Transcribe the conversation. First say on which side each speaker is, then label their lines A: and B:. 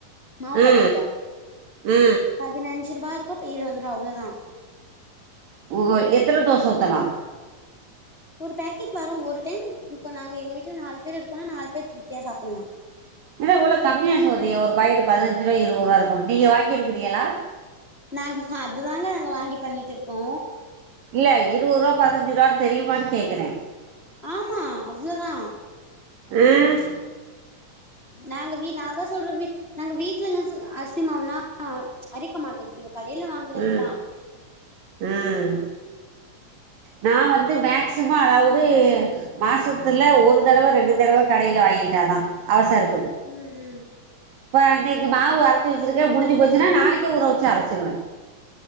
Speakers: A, on the left; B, on the right.
A: மாவு பாக்கெட்டு
B: ஆ ஆ
A: பதினஞ்சு ருபா இருக்கு இருவதுருவா அவ்ளதா
B: ஒ எத்தன தோச ஊத்தலா
A: ஒரு பேக்கெட் வரு ஒரு டைம் இப்ப நாங்க எங்க வீட்ல நாலு பேர் இருக்கோனா நாலு பேர் திருப்தியா சாப்புல்லா
B: இத இவ்ளொ கம்மியா சொல்றியெ ஒரு பாக்கெட் பதினஞ்சு ருவா இருவருவா இருக்கும் நீங்க வாங்கிருக்கிறீங்களா
A: நாங்க அதுதாங்க நாங்க வாங்கி பண்ணிட்டு இருக்கோ
B: இல்ல இருவது ருவா பதினஞ்சு ருவான் தெரியுமான் கேக்குறே
A: ஆமா அவ்ளதா
B: உம்
A: நாங்க வீ நாதா சொல்ற வி நாங்க வீட்லல்லா அரிசிமாவ்லா ஆ அரைக்க மாட்டோ எப்டியு கடைல வாங்குறதுதா
B: ம் ம் நா வந்து மேக்சிம அதாவ்து மாசத் துல ஒரு தடவ ரெண்டு தடவ கடைல வாங்கி ததா அவசரத்
A: உம் உம்
B: இப்ப இன்னக்கி மாவு அரச்சு வச்சிருக்கே முடுஞ்சு போச்சுனா நாளைக்கே ஊற வச்சு அரச்சிருவே